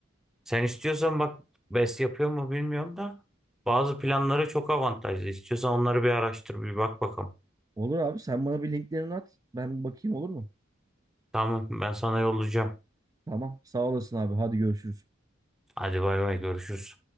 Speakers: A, in the centre; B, on the right.
A: Sen istiyorsan bak BES yapıyor mu bilmiyorum da bazı planları çok avantajlı. İstiyorsan onları bir araştır bir bak bakalım.
B: Olur abi sen bana bir linklerini at. Ben bir bakayım olur mu?
A: Tamam ben sana yollayacağım.
B: Tamam sağ olasın abi hadi görüşürüz.
A: Hadi bay bay görüşürüz.